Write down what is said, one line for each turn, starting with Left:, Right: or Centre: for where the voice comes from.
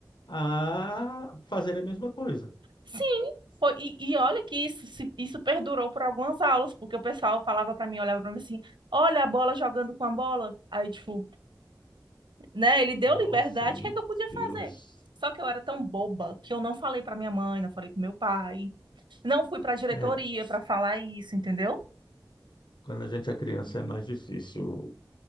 Left: a fazer a mesma coisa.
Right: Sim, foi. E, e olha que isso, se- isso perdurou por algumas aulas, porque o pessoal falava pra mim, olhava pra mim assim, olha a bola jogando com a bola. Aí, tipo, né, ele deu
Left: Nossa,
Right: liberdade,
Left: meu
Right: o que é que eu podia
Left: Deus.
Right: fazer? Só que eu era tão boba que eu não falei pra minha mãe, não falei pro meu pai, não fui pra diretoria
Left: É,
Right: pra falar isso, entendeu?
Left: quando a gente é criança é mais difícil